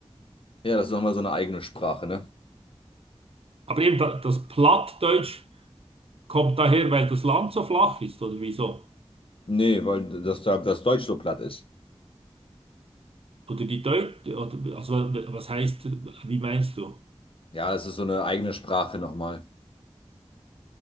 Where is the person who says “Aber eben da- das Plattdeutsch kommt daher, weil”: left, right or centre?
Right